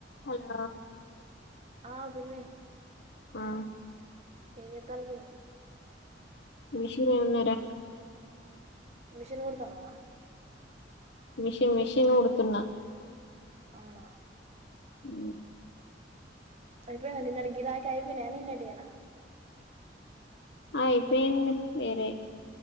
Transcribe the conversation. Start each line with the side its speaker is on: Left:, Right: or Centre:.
Left: Hello
Right: ఆ పిన్ని
Left: ఆ
Right: ఎంచెత్తాళ్లు పిన్ని
Left: మిషన్ మీద ఉన్నారా
Right: మిషన్ కూడతన్నావా
Left: మిషన్ మిషన్ కుడుతున్న
Right: అవునా
Left: ఉ
Right: అయిపోయినా నిన్నటి గిరాక్ అయిపోయినాయా నిన్నటి వేనా
Left: అయిపేంది వేరే